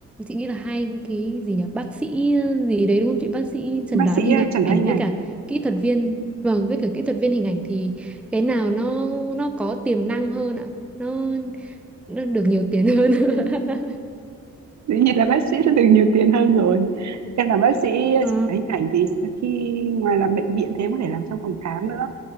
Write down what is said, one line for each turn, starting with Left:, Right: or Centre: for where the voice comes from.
Centre: chị nghĩ là hai cái gì nhỉ bác sĩ ờ, gì đấy đúng không chị bác sĩ chẩn
Right: bác
Centre: đoán
Right: sĩ
Centre: hình
Right: ờ, chẩn đoán
Centre: ảnh
Right: hình
Centre: với
Right: ảnh
Centre: cả kỹ thuật viên vâng với cả kỹ thuật viên hình ảnh thì cái nào nó nó có tiềm năng hơn ạ nó nó được nhiều tiền hơn <laughs>
Right: dĩ nhiên là bác sĩ sẽ được nhiều tiền hơn rồi em làm bác sĩ
Centre: Ờ.
Right: chụp máy hình ảnh thì khi ngoài làm bệnh viện thì em có thể làm trong phòng khám nữa